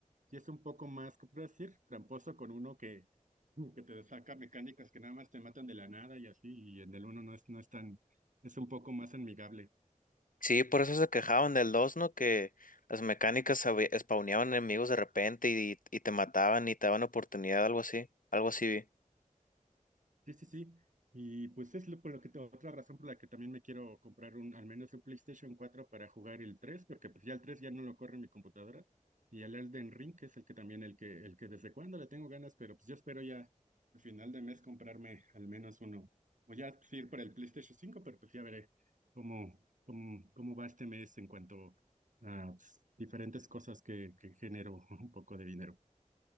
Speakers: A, on the right; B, on the left.
A: sí es un poco más, ¿cómo puedo decir? Tramposo con uno que, que te saca mecánicas que nada más te matan de la nada y así, y en el uno no es, no es tan, es un poco más amigable.
B: Sí, por eso se quejaban del 2, ¿no? Que las mecánicas sabe- spawneaban enemigos de repente y, y te mataban y te daban oportunidad, algo así, algo así vi.
A: Sí, sí, sí. Y pues es lo, por lo que te- otra razón por la que también me quiero comprar un, al menos un PlayStation cuatro para jugar el 3 porque pues ya el 3 ya no lo corre mi computadora. Y el Elden Ring, que es el que también el que, el que desde cuándo le tengo ganas, pero pues yo espero ya al final de mes comprarme al menos uno. O ya pues, ir para el PlayStation cinco pero pues ya veré cómo, cómo, cómo va este mes en cuanto a pues, diferentes cosas que, que genero <laughs> un poco de dinero.